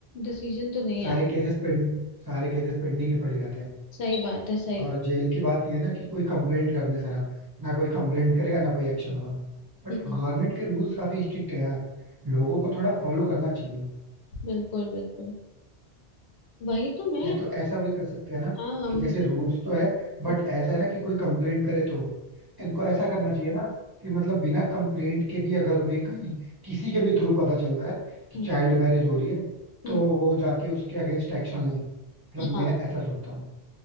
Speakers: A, on the left; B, on the right.
A: डिसीजन तो नहीं
B: सारे
A: आता
B: केसेस पेंड सारे केसेस पेंडिंग ही पड़े रहते हैं
A: सही बात है सही
B: और
A: बात
B: जेल की बात यह है ना कि कोई कंप्लेंट करने से रहा ना कोई कंप्लेंट करेगा ना कोई एक्शन होगा बट
A: हम्म
B: गवर्नमेंट के रूल्स काफी स्ट्रिक्ट है यार लोगों को थोड़ा फॉलो करना चाहिए
A: बिल्कुल बिल्कुल वही तो मैं
B: या तो ऐसा भी कर सकते हैं ना
A: हाँ
B: कि
A: मुझे
B: जैसे रूल्स तो है बट
A: हम्म,
B: ऐसा है ना कि कोई कंप्लेंट करे तो इनको ऐसा करना चाहिए ना कि मतलब बिना कंप्लेंट के भी अगर उन्हें कहीं किसी के भी थ्रू पता चल रहा है कि
A: हम्म,
B: चाइल्ड मैरिज हो रही है तो
A: हम्म।
B: वो जाके उसके अगेंस्ट एक्शन लें मतलब
A: हाँ
B: मैं ऐसा सोचता हूँ